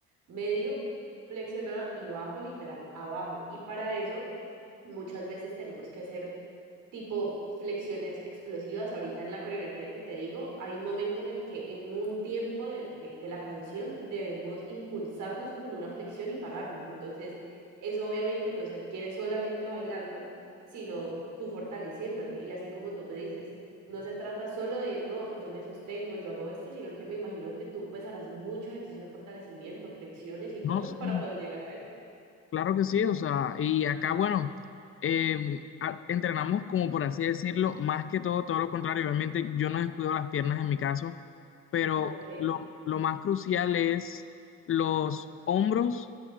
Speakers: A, on the right (about 80°); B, on the left (about 45°).
A: medio flexionado y bajo literal abajo. Y para eso muchas veces tenemos que hacer tipo flexiones explosivas. Ahorita en la coreografía que te digo, hay un momento en el que en un tiempo de, de, de la canción debemos impulsarnos como en una flexión y pararnos. Entonces, eso obviamente no se adquiere solamente bailando, sino tú fortaleciéndote. Y así como tú me dices, no se trata solo de, no, yo me sostengo, yo hago esto, sino que me imagino que tú pues harás mucho ejercicio de fortalecimiento, flexiones y cosas
B: No sé.
A: para poder llegar a eso.
B: Claro que sí, o sea, y acá, bueno, eh, a- entrenamos como por así decirlo, más que todo, todo lo contrario. Obviamente yo no descuido las piernas en mi caso, pero
A: Ok,
B: lo, lo más crucial es los hombros